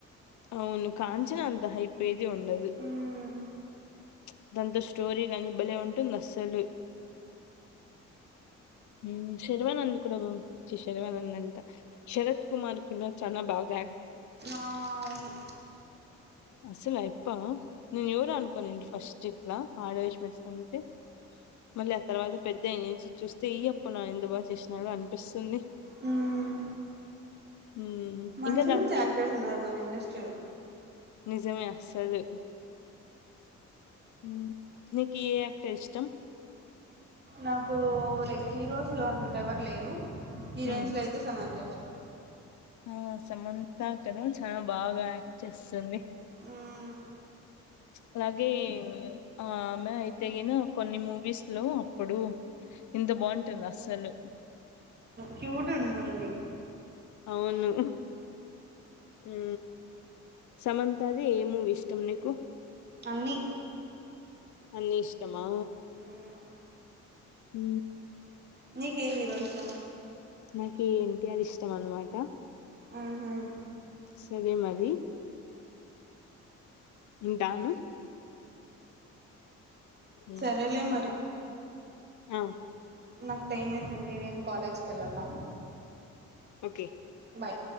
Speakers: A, on the left; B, on the right.
A: అవును కాంచన అంత హై పేది ఉండదు.
B: మ్మ్
A: చ్ దాంతో స్టోరీ గాని భలే ఉంటుంది. అస్సలు ఊ శర్వానంద్ కూడా శర్వానంద్ అంటా శరత్ కుమార్ కూడా చాలా బాగా
B: ఆవును
A: అసలు అయిప్ప నేను ఎవరో అనుకోనింటి ఫస్ట్ చెట్లా ఆడ వేషా మేసుకుంటే మళ్ళీ ఆ తర్వాత పెద్ద అయినంచి చూస్తే ఈ అప్పనా ఇంత బా చేసినాడు అనిపిస్తుంది.
B: మ్మ్
A: మ్మ్
B: మంచి
A: ఇంకా దాంతో
B: మంచి యాక్టర్స్ ఉన్నారు మన ఇండస్ట్రీలో
A: నిజమే అసలు ఉ నికి ఏ యాక్టర్ ఇష్టం
B: నాకు లైక్ హీరోస్ లో అంత ఎవర్ లేరు హీరోయిన్స్
A: మ్మ్
B: లో అయితే సమంత ఇష్టం
A: ఆ సమంత కదా చాలా బాగా యాక్ట్ చేస్తుంది
B: మ్మ్
A: అలాగే ఆమె అయితే గిన కొన్ని మూవీస్ లో అప్పుడు ఇంత బాగుంటుంది అసలు
B: క్యూట్ ఉంటుంది
A: అవును ఉ సమంతది ఏ మూవీ ఇష్టం నీకు
B: అన్ని
A: అన్నీ ఇష్టమా
B: మ్మ్
A: ఉ
B: నీకే హీరో ఇష్టం
A: నాకి ఎన్టీఆర్ ఇష్టం అన్నమాట
B: మ్మ్ మ్మ్
A: సరే మరి ఉంటాను ఉ
B: సరేలే మరి
A: ఆ
B: నాకు టైమ్ అయితుంది నేను కాలేజీ కి వెళ్లాలా
A: ఓకే
B: బాయ్